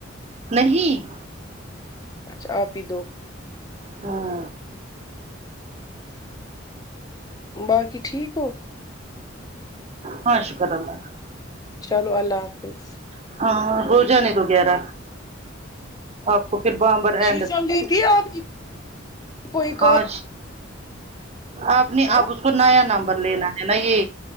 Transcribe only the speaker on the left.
اچھا آپ ہی دو
باقی ٹھیک ہو
چلو اللہ حافظ
شیزا لیتی ہے آپ کی کوئی
کال
ہاں